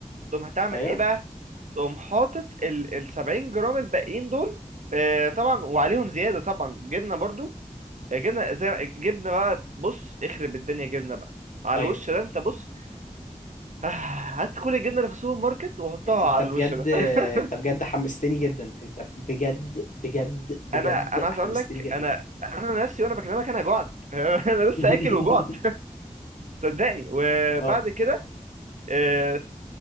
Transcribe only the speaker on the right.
تقوم هتعمل
ايه بقى تقوم حاطط ال ال 70 جرام الباقيين دول آه طبعا وعليهم زياده طبعا جبنه برضو آه، جبنه زي جبنه بقى بص اخرب الدنيا جبنه بقى على
الوش ده انت بص <sighs> هات كل الجبنه اللي في السوبر ماركت وحطها
على
الوش ده <laughs>
انا انا عايز
اقول لك
انا انا نفسي وانا بكلمك انا جعت <laughs> انا لسه
اكل وجعت صدقني وبعد
كده آه،